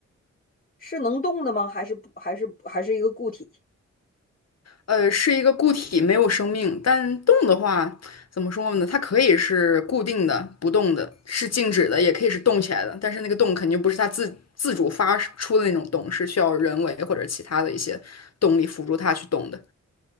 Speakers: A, on the left (about 30°); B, on the left (about 60°).
A: 是能动的吗？还是不？还是还是一个固体？
B: 呃，是一个固体，没有生命，但动的话，怎么说呢？它可以是固定的、不动的，是静止的，也可以是动起来的。但是那个动肯定不是它自自主发出的那种动，是需要人为或者其他的一些动力辅助它去动的。